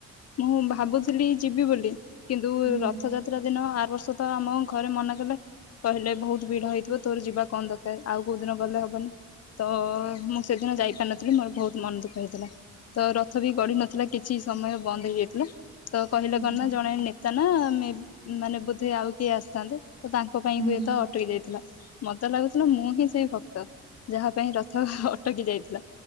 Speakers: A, on the left (about 55°); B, on the right (about 65°).
A: ମୁଁ ଭାବୁଥିଲି ଯିବି ବୋଲି କିନ୍ତୁ
B: ହୁଁ
A: ରଥଯା ତ୍ରା ଦିନ ଆର ବର୍ଷ ତ ଆମ ଘରେ ମନା କଲେ। କହିଲେ ବହୁତ ଭିଡ଼ ହେଇଥିବ ତୋର ଯିବା କଣ ଦରକାର ଆଉ କୋଉ ଦିନ ଗଲେ ହବନି। ତ ମୁଁ ସେଦିନ ଯାଇପାରିନଥିଲି ମୋର ବହୁତ ମନ ଦୁଃଖ ହେଇଥିଲା। ତ ରଥ ବି ଗଡ଼ି ନଥିଲା କିଛି ସମୟ ବନ୍ଦ ହେଇଯାଇଥିଲା ତ କହିଲେ
B: ହୁଁ
A: କଣ ନା ଜଣେ ନେ ତା ନା ମାନେ ବୋଧେ ଆଉ କିଏ ଆସିଥାନ୍ତେ ତ ତାଙ୍କ ପାଇଁ
B: ହୁଁ
A: ହୁଏ
B: ହୁଁ।
A: ତ ଅ ଟକି ଯାଇଥିଲା ମତେ ଲାଗୁଥିଲା ମୁଁ ହିଁ ସେଇ ଭ ତ ଯାହା ପାଇଁ ରଥ ଅଟକି ଯାଇଥିଲା